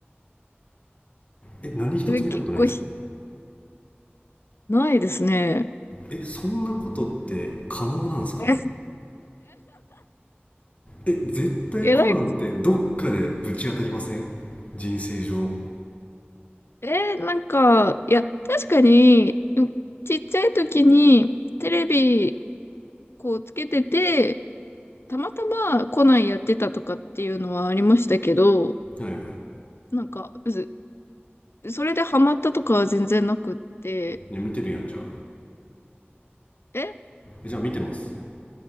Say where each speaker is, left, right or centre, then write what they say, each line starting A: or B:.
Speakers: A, on the left (about 35°); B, on the left (about 75°).
A: え何一つ見たことないんですか
B: え結構ひ、ないですね。
A: えそんなことって可能なんですか
B: え <laughs>
A: え絶対コナンってどっかでぶち当たりません
B: えらい、
A: 人生上は
B: えーなんか、いや、確かに、うんちっちゃい時にテレビこうつけてて、たまたまコナンやってたとかっていうのはありましたけど、
A: いはい
B: なんか、ずそれでハマったとかは全然なくって、
A: いや見てるやんじゃあ
B: え、
A: じゃあ見てます。